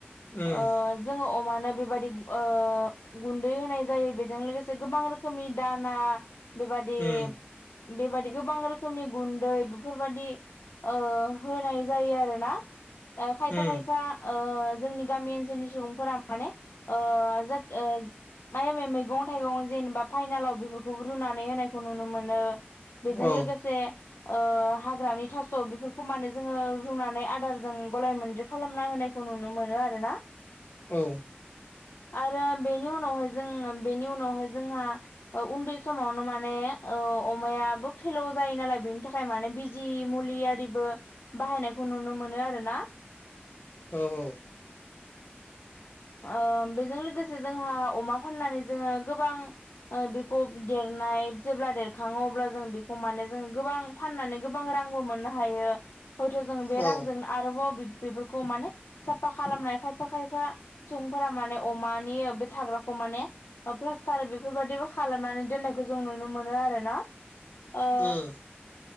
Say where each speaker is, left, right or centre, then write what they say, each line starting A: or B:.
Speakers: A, on the left; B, on the left.
A: उम
B: ओ जोङो अमानो बेबायदि ओ गुन्दै होनाय जायो बेजों लोगोसे गोबां रोखोमनि दाना ना बेबादि
A: उम
B: बेबादि गोबां रोखोमनि गुन्दै बेफोरबायदि ओ होनाय जायो आरो ना खायफा
A: उम
B: खायफा ओ जोंनि गामि ओनसोलनि सुबुंफोरा माने ओ ओ माया माया मैगं थाइगं जेनेबा फाइनालाव बेफोरखौ रुनानै होनायखौ नुनो मोनो बेजों
A: औ
B: लोगोसे ओ हाग्रानि थास बेफोरखौ माने जोङो रुनानै आदारजों गलाय मोनद्रि खालामना होनायखौ नुनो मोनो आरोना
A: औ
B: <inaudible> आरो बेनि उनावहाय जों बेनि उनावहाय जोंहा उन्दै समावनो माने औ अमायाबो फेलौ जायो नालाय बेनि थाखाय माने बिजि मुलि आरिबो बाहायनायखौ नुनो मोनो आरोना
A: औ औ
B: ओ बेजों लोगोसे जोंहा अमा फाननानै जोङो गोबां ओ बेखौ देर नाय जेब्ला देरखाङो अब्ला जों बेखौ माने जों गोबां फाननानै गोबां रांबो मोननो हायो हयथ' जों बे
A: औ
B: रांजों आरोबाव बेफोरखौ माने साफा खालामनाय खायफा खायफा सुबुंफोरा माने अमानि बे थाग्राखौ माने प्लास्टार बेफोरबाददिबो खालामनानै दोननायखौ जों नुनो मोनो आरोना ओ
A: उम